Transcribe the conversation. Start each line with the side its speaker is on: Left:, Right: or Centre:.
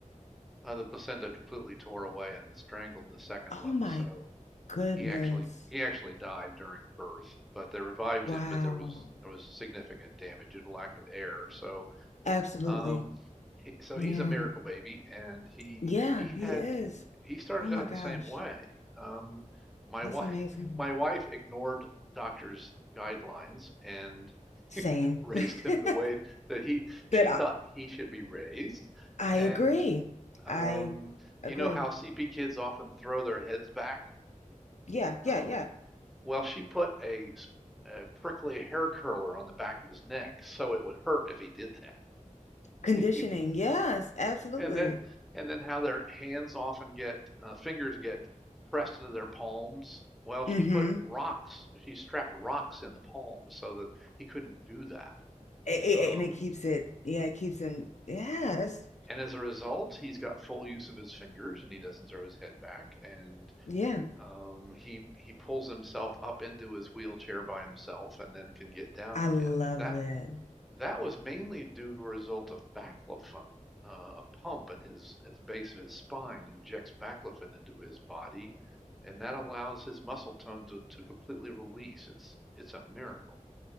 Centre: uh, the placenta completely tore away and strangled the second
Left: Oh
Centre: one.
Left: my
Centre: So
Left: goodness.
Centre: he actually he actually died during birth, but they revived
Left: Wow.
Centre: him. But there was there was significant damage due to lack of air. So
Left: Absolutely.
Centre: um, he, so
Left: Yeah.
Centre: he's a miracle baby, and he
Left: Yeah,
Centre: he had
Left: he is.
Centre: he started
Left: Oh my
Centre: out
Left: gosh.
Centre: the same way. Um, my
Left: That's
Centre: <laughs> wife
Left: amazing.
Centre: my wife ignored doctor's guidelines and
Left: Same.
Centre: <laughs> raised him
Left: <laughs>
Centre: the way that he she
Left: That I,
Centre: thought he should be raised.
Left: I
Centre: And
Left: agree.
Centre: um,
Left: I
Centre: you
Left: agree.
Centre: know how CP kids often throw their heads back?
Left: Yeah, yeah,
Centre: Um,
Left: yeah.
Centre: well, she put a a prickly hair curler on the back of his neck so it would hurt if he did
Left: Conditioning.
Centre: that. <laughs>
Left: Yes, absolutely.
Centre: and then and then how their hands often get uh, fingers get pressed into their palms well she
Left: Mm-hmm.
Centre: put rocks she strapped rocks in the palms so that he couldn't do that
Left: and
Centre: um,
Left: it keeps it, yeah, it keeps him. Yeah, that's,
Centre: and as a result he's got full use of his fingers and he doesn't throw his head back and
Left: yeah.
Centre: um, he he pulls himself up into his wheelchair by himself and then can get down
Left: I
Centre: again
Left: love
Centre: but that
Left: that.
Centre: That was mainly due to a result of baclofen. Uh, a pump in his at the base of his spine and injects baclofen into his body, and that allows his muscle tone to, to completely release. It's it's a miracle.